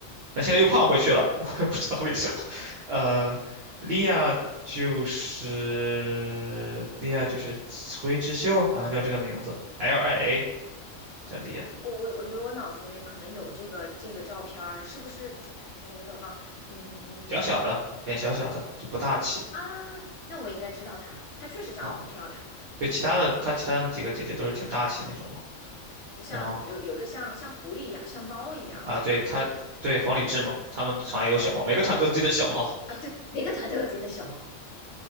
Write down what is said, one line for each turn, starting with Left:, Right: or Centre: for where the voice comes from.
Right: 但现在又胖回去了，
Left: 是哪一个呀？
Right: <laughs> 我也不知道为什么。呃，莉亚就是莉亚就是崔智秀，好像叫这个名字，LIA 叫莉亚，
Left: 我我我觉得我脑子里面可能有这个这个照片儿是不是？哎，我有点儿忘。嗯，
Right: 小小的，脸小小的，就不大气
Left: 啊，那我应该知道它，它确实长得很漂亮。
Right: 啊。对，其他的她其他的几个姐姐都是挺大气那种嘛。
Left: 你像有有一个像像狐狸一样，
Right: 然后
Left: 像猫一样
Right: 啊，对她对黄礼志嘛，他们团也有小猫，每个团都有自己的小猫。
Left: 啊，对，每个团都有自己的小猫。